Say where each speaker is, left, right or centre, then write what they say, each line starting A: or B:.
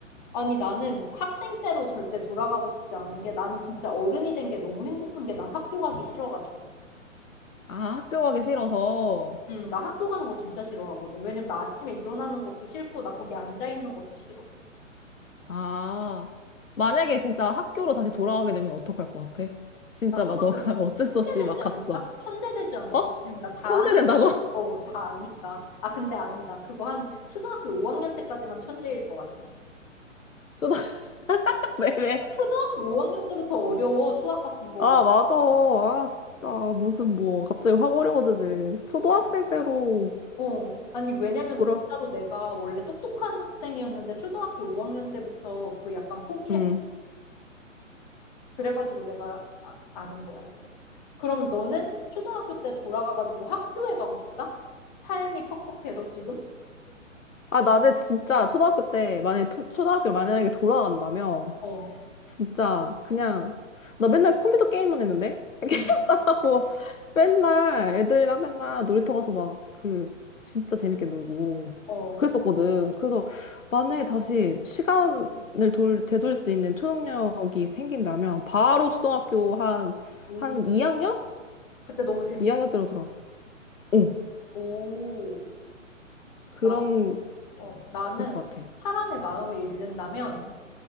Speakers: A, on the left (about 35°); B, on the left (about 80°).
A: 아니, 나는 학생 때로 절대 돌아가고 싶지 않은 게, 나는 진짜 어른이 된 게 너무 행복한 게, 난 학교 가기 싫어가지고.
B: 아, 학교 가기 싫어서.
A: 음, 나 학교 가는 거 진짜 싫어하거든. 왜냐면 나 아침에 일어나는 것도 싫고, 나 거기 앉아 있는 것도 싫어.
B: 아, 만약에 진짜 학교로 다시 돌아가게 되면 어떡할 것 같아? 진짜
A: 나 그러면
B: 막 너가 <laughs> 어쩔
A: 천재
B: 수 없이
A: 되지
B: 막 갔어.
A: 않을까? 천재 되지 않을까?
B: 어?
A: 왜냐면 나 다
B: 천재
A: 아니까
B: 된다고? <laughs>
A: 어, 다 아니까. 아, 근데 아니다. 그거 한 초등학교 5학년 때까지만 천재일 것 같아. 야,
B: 수다, <laughs> 왜, 왜?
A: 초등학교 5학년 때부터 어려워, 수학 같은 거.
B: 아, 맞아. 아, 진짜. 무슨, 뭐, 갑자기 확 어려워지지. 초등학생 때로
A: 어, 아니, 왜냐면
B: 돌아,
A: 진짜로 내가 원래 똑똑한 학생이었는데 초등학교 5학년 때부터 그 약간 포기해.
B: 음.
A: 그래가지고 내가 아, 아는 거야, 그거. 그럼 너는 초등학교 때 돌아가가지고 학교에 가고 싶다? 삶이 퍽퍽해서 지금?
B: 아, 나는 진짜 초등학교 때, 만약에, 토- 초등학교 만약에 돌아간다면,
A: 어,
B: 진짜, 그냥, 나 맨날 컴퓨터 게임만 했는데? <laughs>
A: 응,
B: 이렇 하고, 맨날 애들이랑 맨날 놀이터 가서 막, 그, 진짜 재밌게 놀고,
A: 어.
B: 그랬었거든. 그래서, 만약에 다시 시간을 돌, 되돌릴 수 있는 초능력이 생긴다면, 바로 초등학교 한,
A: 오,
B: 한 2학년?
A: 그때 너무 재밌어.
B: 2학년 때로 돌아. 어.
A: 오,
B: 그런,
A: 나, 어, 나는
B: 그럴 것 같아.
A: 사람의 마음을 읽는다면,